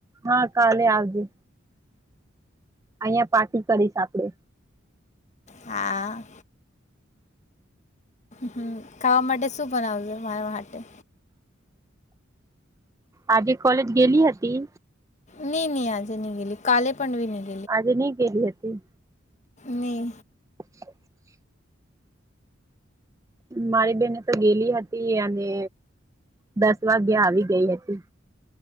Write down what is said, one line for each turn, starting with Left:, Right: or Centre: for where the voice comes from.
Right: હા કાલે આવજે. અહીંયા પાર્ટી કરીશ આપડે.
Left: હા. હમ ખાવા માટે શું બનાવજો મારા માટે.
Right: આજે કોલેજ ગેલી હતી.
Left: નહી નહી આજે ન ગેલી કાલે પણવી નહી
Right: આજે નહી ગલી હતી.
Left: નહી.
Right: <inaudible> મારી બેને તો ગેલી હતી અને દસ વાગ્યા આવી ગઈ હતી.